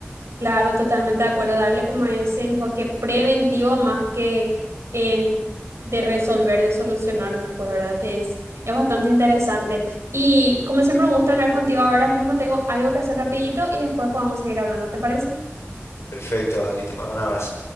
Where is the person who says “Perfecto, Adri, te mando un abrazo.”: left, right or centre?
Left